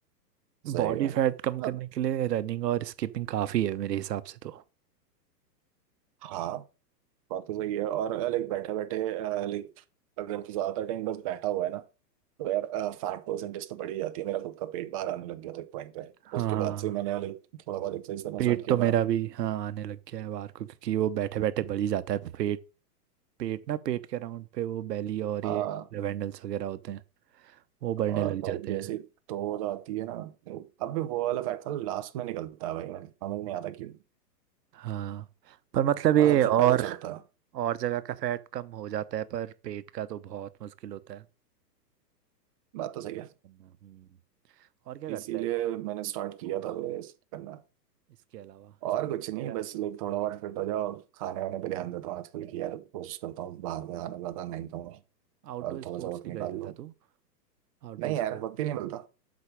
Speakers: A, on the right (about 25°); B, on the right (about 75°).
A: सही
B: बॉडी
A: है
B: फैट कम
A: मतलब,
B: करने के लिए रनिंग और स्किपिंग काफ़ी है मेरे हिसाब से तो
A: हाँ बात तो सही है और लाइक बैठे बैठे लाइक अगर तू ज्यादा टाइम बस बैठा हुआ है ना तो यार फैट परसेंटेज तो बढ़ ही जाती है मेरा खुद का पेट बाहर आने लग गया था एक पॉइंट पे
B: हाँ
A: उसके
B: हाँ
A: बाद से मैंने लाइक थोड़ा बहुत एक्सरसाइज करना
B: पेट
A: स्टार्ट किया
B: तो
A: था
B: मेरा भी हाँ आने लग गया है बाहर को क्योंकि वो बैठे बैठे बढ़ ही जाता है पेट पेट ना पेट के अराउंड पे वो बेली और
A: हाँ
B: ये लेवेंडल्स वगैरह होते हैं वो बढ़ने
A: और
B: लग
A: भाई
B: जाते
A: जैसे
B: हैं
A: तोड़ आती है ना अब भी वो वाला फैट ना लास्ट में निकलता है भाई मैंने समझ नहीं आता क्यों
B: हाँ पर मतलब ये
A: और सबसे
B: और
A: पहले चढ़ता है
B: और जगह का फैट कम हो जाता है पर पेट का तो बहुत मुश्किल होता है
A: बात तो सही
B: Reduce
A: है
B: करना हम्म और क्या करता
A: इसीलिए
B: है तू
A: मैंने स्टार्ट किया था करना
B: इसके अलावा
A: और
B: स्पोर्ट्स
A: कुछ
B: वगैरह
A: नहीं बस लाइक थोड़ा बहुत फिट हो जाओ खाने वाने पे ध्यान देता हूँ आजकल की यार कोशिश करता हूँ बाहर का खाना ज्यादा नहीं खाऊं
B: आउटडोर
A: और
B: स्पोर्ट्स
A: थोड़ा सा वक्त
B: नहीं
A: निकाल
B: खेलता
A: लूँ
B: तू आउटडोर
A: नहीं यार वक्त ही नहीं मिलता